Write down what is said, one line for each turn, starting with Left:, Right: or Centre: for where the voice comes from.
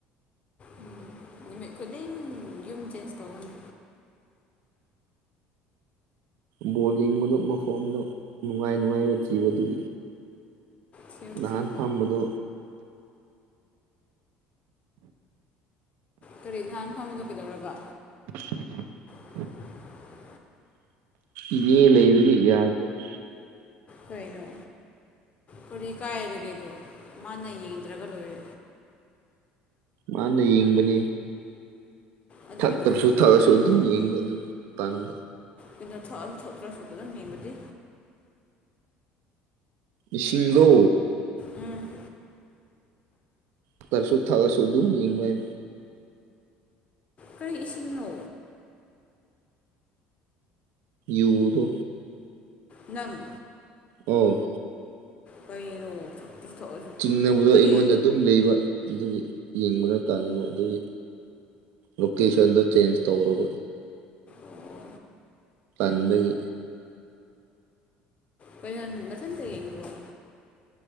Left: ꯎꯝ ꯅꯨꯃꯤꯠ ꯈꯨꯗꯤꯡ ꯌꯨꯝ ꯆꯦꯟꯖ ꯇꯧꯔꯣꯅꯦ
Right: ꯕꯣꯜ ꯌꯦꯡꯕꯗꯣ ꯃꯐꯝꯗꯣ ꯅꯨꯡꯉꯥꯏ ꯅꯨꯡꯉꯥꯏꯕ ꯊꯤꯕ ꯑꯗꯨꯒꯤ
Left: ꯊꯤꯌꯨ
Right: ꯅꯍꯥꯟ
Left: ꯊꯤꯌꯨ
Right: ꯐꯝꯕꯗꯣ
Left: ꯀꯔꯤ ꯅꯍꯥꯟ ꯐꯝꯕꯗꯣ ꯀꯩꯗꯧꯔꯕ
Right: <inaudible>
Left: <inaudible>
Right: ꯏꯕꯦꯟ ꯂꯩꯕꯒꯤ ꯌꯥꯗꯦꯕ
Left: ꯀꯩꯅꯣ ꯀꯔꯤ ꯀꯥꯏꯔꯒꯦꯗꯣ ꯃꯥꯅ ꯌꯦꯡꯗ꯭ꯔꯒ ꯂꯣꯏꯔꯦ
Right: ꯃꯥꯅ ꯌꯦꯡꯕꯅꯦ
Left: ꯑꯗꯨ
Right: ꯊꯛꯇ꯭ꯔꯁꯨ
Left: ꯀꯩꯗꯧꯕ
Right: ꯊꯛꯑꯁꯨ ꯑꯗꯨꯝ ꯌꯦꯡꯕ ꯑꯗꯨ ꯇꯟꯕ
Left: ꯀꯩꯅꯣ ꯊꯛꯑꯁꯨ ꯊꯛꯇ꯭ꯔꯁꯨ ꯑꯗꯨꯝ ꯌꯦꯡꯕꯗꯤ
Right: ꯏꯁꯤꯡꯗꯣ
Left: ꯎꯝ
Right: ꯇꯛꯑꯁꯨ ꯊꯛꯑꯁꯨ ꯑꯗꯨꯝ ꯌꯦꯡꯕ ꯍꯥꯏꯕ
Left: ꯀꯔꯤ ꯏꯁꯤꯡꯅꯣ
Right: ꯌꯨꯗꯣ
Left: ꯅꯪ
Right: ꯑꯣ
Left: ꯀꯩꯅꯣ ꯊꯛꯇ꯭ꯔꯁꯨ ꯊꯛꯑꯁꯨ
Right: ꯆꯤꯡꯅꯕꯗꯣ
Left: ꯀꯔꯤ
Right: ꯑꯩꯉꯣꯟꯗ ꯑꯗꯨꯝ ꯂꯩꯕ ꯑꯗꯨꯒꯤ ꯌꯦꯡꯕꯗ ꯇꯥꯟꯕ ꯑꯗꯨꯒꯤ ꯂꯣꯀꯦꯁꯟꯗꯣ ꯆꯦꯟꯖ ꯇꯧꯔꯕ
Left: ꯑꯣ
Right: ꯇꯥꯟꯕꯒꯤ
Left: ꯀꯩꯅꯣ ꯃꯊꯟꯇꯥ ꯌꯦꯡꯕꯔꯣ